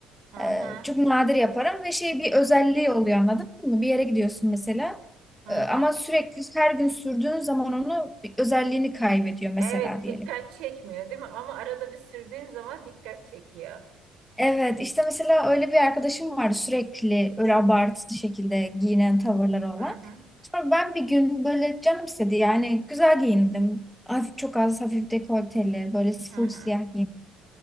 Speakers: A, on the right; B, in the centre.
A: hı hı,
B: Ee, çok nadir yaparım ve şey bir özelliği oluyor anladın mı? Bir yere gidiyorsun mesela
A: hı
B: e,
A: hı.
B: ama sürekli her gün sürdüğün zaman onu bir özelliğini kaybediyor mesela
A: Evet,
B: diyelim.
A: dikkat çekmiyor değil mi? Ama arada bir sürdüğün zaman dikkat çekiyor.
B: Evet işte mesela öyle bir arkadaşım vardı sürekli öyle abartılı şekilde giyinen tavırları
A: Hı
B: olan.
A: hı,
B: Sonra ben bir gün böyle canım istedi yani güzel giyindim. Hafif çok az hafif dekolteli böyle full
A: hı hı.
B: siyah giyim.